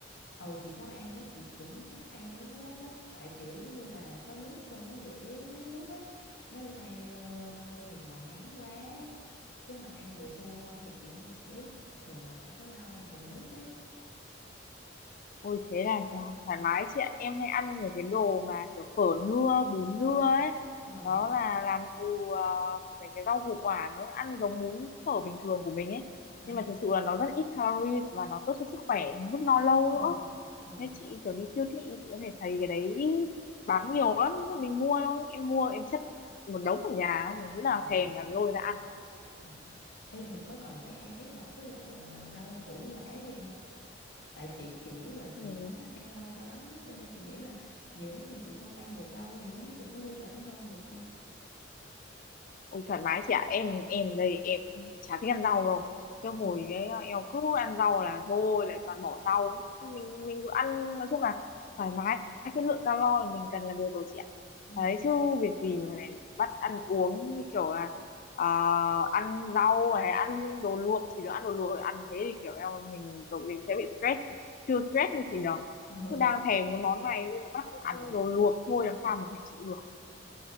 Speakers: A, on the left (about 60°); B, on the left (about 45°).
A: ờ chị có ăn á chị cũng thích ăn mấy cái đó lắm tại kiểu như là có nước cho nó dễ nuốt ấy mấy bữa nay ờ, Sài Gòn nắng quá chứ mà ăn đồ khô không thì chịu không nổi thường là phải có rau hoặc là nước ấy
B: Ôi thế là tho- thoải mái chị ạ. Em hay ăn những cái đồ mà kiểu phở nưa, bún nưa ấy.
A: ờ
B: Đó là làm từ uh, mấy cái rau củ quả nó ăn giống bún phở bình thường của mình ấy.
A: à
B: Nhưng mà thực sự là nó rất ít calories và nó tốt cho sức khỏe, giúp no lâu
A: ừ
B: nữa.
A: ờ
B: Nên chị kiểu đi siêu thị chị có thể thấy cái đấy bán nhiều lắm. Nhưng mà mình mua thôi. Em mua em chất một đống ở nhà, không lúc nào
A: ồ
B: thèm là lôi ra ăn.
A: ờ Ê, mình có cần phải ăn kết hợp với lại ờ, rau củ quả gì không tại chị kiểu là
B: Ừ.
A: chị không thích ăn rau cho lắm á cho nên chị nghĩ là nhiều lúc mà chị không ăn được rau thì không biết chị có thể giảm cân được không
B: Ôi, thoải mái chị ạ em em đây em chả thích ăn rau đâu cái
A: ừ
B: hồi ấy em cứ ăn rau là thôi lại toàn bỏ rau mình mình cứ ăn nói chung là thoải mái cái lượng calo là mình cần là được rồi chị ạ
A: ừ
B: đấy chứ việc gì mà lại bắt ăn uống như kiểu là ờ, ăn rau hay ăn đồ luộc chỉ được ăn đồ luộc ăn thế thì kiểu em mình kiểu mình sẽ bị stress chưa stress như chị nhở
A: ừ
B: cứ đang thèm cái món này nên là bắt
A: ừ
B: ăn đồ luộc thôi làm sao mà mình chịu được
A: ừ.